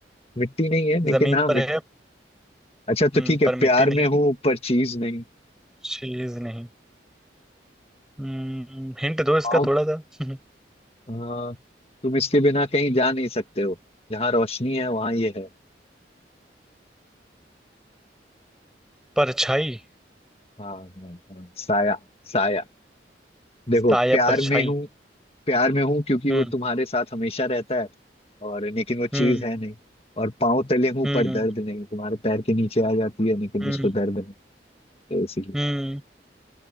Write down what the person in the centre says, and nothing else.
जमीन
पर
है
हम्म
पर मिट्टी
नहीं
चीज नहीं हम्म हिंट दो इसका
थोड़ा सा <laughs>
परछाई
साया
परछाई
हम्म
हम्म
हम्म
हम्म
हम्म